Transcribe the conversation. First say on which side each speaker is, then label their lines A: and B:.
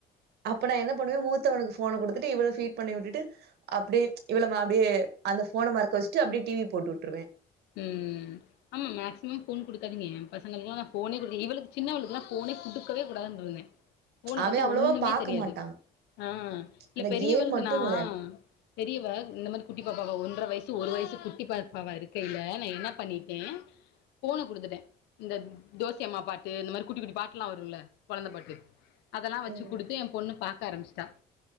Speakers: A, on the right (about 75°); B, on the left (about 85°).
A: அப்ப ந என்ன பண்ணுவே மூத்தவனுக்கு ஃபோன குடுத்துட்டு இவளுக்கு பீட் பண்ணி விட்டு அப்டியே இவளமா அப்படியே அந்த ஃபோன மறக்க வச்சுட்டு அப்டியே டிவி போட்டு விட்டுருவே
B: ம் ஆமா மேக்சிமம் போன் குடுக்காதீங்க என் பசங்களல்லா போனே குடுக்கல இவளுக்கு சின்னவளுக்கெல்லா போனே குடுக்கவே கூடாதுனிருந்தே போன
A: அவன்
B: பத்தி
A: அவ்வளவா
B: ஒண்ணுமே
A: பாக்க
B: தெரியாது
A: மாட்டான்.
B: ஆ இல்ல
A: அந்த
B: பெரியவளுக்கு
A: கேம் மட்டும்
B: நா
A: விளையாடு
B: பெரியவ இந்த மாரி குட்டி பாப்பாவா ஒன்ற வயசு ஒரு வயசு குட்டி பாப்பாவா இருக் நா என்ன பண்ணிட்டே போன குடுத்துட்டே இந்த தோசை அம்மா பாட்டு இந்த மாரி குட்டி குட்டி பாட்டு எல்லா வரும்ல கொழந்த பாட்டு அதல்லா வச்சு
A: ம்.
B: குடுத்து என் பொண்ணு பாக்க ஆரம்பிச்சுட்டா